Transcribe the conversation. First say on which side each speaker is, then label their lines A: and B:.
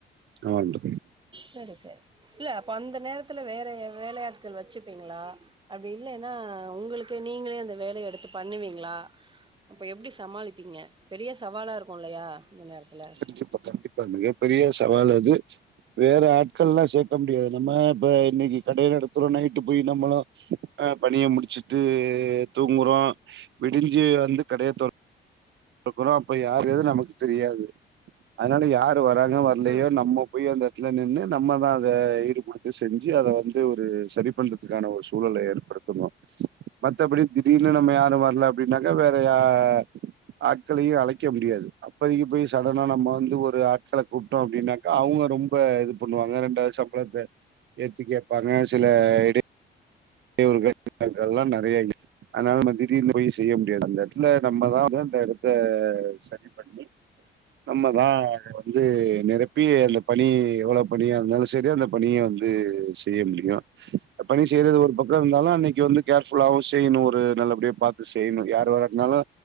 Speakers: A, on the right; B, on the right.
A: ஆ வண்டு
B: செரி செரி இல்ல அப்ப அந்த நேரத்துல வேற வேலையாட்கள் வச்சுப்பீங்ளா அப்டி இல்லைன்னா உங்ளுக்கு நீங்ளே அந்த வேலய எடுத்து பண்ணுவீங்ளா அப்ப எப்டி சமாளிப்பீங்க பெரிய சவாலா இருக்கு இல்லயா இந்த நேரத்துல
A: கண்டிப்பா கண்டிப்பா மிகப்பெரிய சவால் அது வேற ஆட்கள்லா சேர்க்கம் முடியாது நம்ம இப்ப இன்னைக்கு கடய நடத்துரோ நைட்டு போய் நம்மளு அ பனிய முடிச்சிட்டு தூங்குறோ விடிஞ்சி வந்து கடய தொர் குரோ போய் யாரு நமக்கு தெரியாது அதனால யாரு வராங்க வர்லயோ
B: ம்
A: நம்மோ போய் அந்த எட்த்துல நின்னு நம்மதா அத ஈடு குடுத்து செஞ்சி அத வந்து ஒரு செரி பண்ற துக்கான ஒரு சூழல ஏற்படுத்தணு மத்தபடி திடீர்னு நம்ம யாரு வர்ல அப்டின்னாக்க வேறயா ஆட்களயும் அழைக்க முடியாது அப் பதைக்கி போய் சடனா நம்ம வந்து ஒரு ஆட்கள கூப்ட்டோம் அப்டின்னாக்கா அவங்க ரொம்ப இது பண்ணுவாங்க ரெண்டாவதுசம் பளத்த ஏத்தி கேட்பாங்க சில இட <unintelligible> எல்லா நறையா இருக்கு அதனால வந்து எந்த உதவியு செய்ய முடியாது அந்த எட்த்துல நம்மதா வந்து அந்த எடத்த சரி பண்ணி நம்மதா அத வந்து நிரப்பி அந்த பணி எவ்ளோ பணியா இருந்தாலு செரி அந்த பணிய வந்து செய்ய முடியு பணி செய்றது ஒரு பக்கோ இருந்தாலு அன்னைக்கு வந்து கேர்ஃபுல்லாவு செய்ணு ஒரு நல்லபடியா பாத்து சென்னு யாரு வர்றதுனாலு